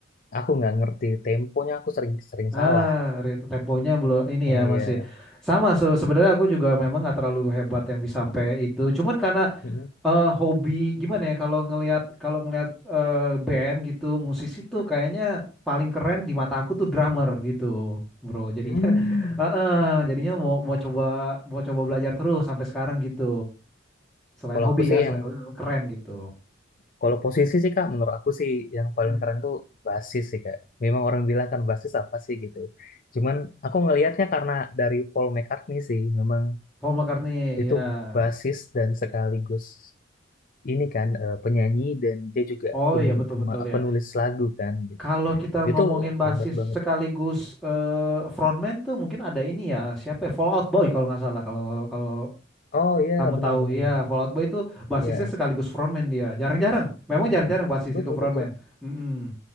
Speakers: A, on the left; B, in the centre.
A: aku nggak ngerti temponya aku sering sering
B: Ah,
A: salah
B: rate- temponya belum ini
A: oh
B: ya
A: iya
B: masih sama se- sebenarnya aku juga memang nggak terlalu hebat yang bisa sampai itu. Cuman karena
A: Mm-mm.
B: eh, hobi gimana ya kalau ngelihat kalau ngelihat eh, band gitu musisi tuh kayaknya paling keren di mata aku tuh drummer gitu, bro. Jadinya
A: Hmm.
B: <laughs> eh, eh, jadinya mau mau coba mau coba belajar terus sampai sekarang gitu. Selain
A: Kalau
B: hobi
A: aku sih
B: ya, selain
A: yang
B: hobi memang keren gitu.
A: kalau posisi sih Kak, menurut aku sih yang
B: Hmm.
A: paling keren tuh basis sih Kak. Memang orang bilang kan basis apa sih gitu. Cuman aku ngelihatnya karena dari Paul McCartney sih, memang
B: Paul McCartney
A: itu
B: ya.
A: basis dan sekaligus ini kan eh, penyanyi dan dia juga
B: Oh
A: pen-
B: iya betul
A: pema-
B: betul ya.
A: penulis lagu kan gitu.
B: Kalau kita
A: Itu
B: ngomongin basis
A: hebat banget.
B: sekaligus eh, frontman tuh mungkin ada ini ya siapa ya Fallout Boy kalau nggak salah kalau kalau
A: Oh iya,
B: kamu
A: benar
B: tahu
A: benar
B: iya
A: benar.
B: Fallout Boy itu basisnya
A: Iya.
B: sekaligus frontman dia jarang-jarang memang
A: Hmm,
B: jarang-jarang basis
A: betul
B: itu frontman
A: betul.
B: Mm-mm.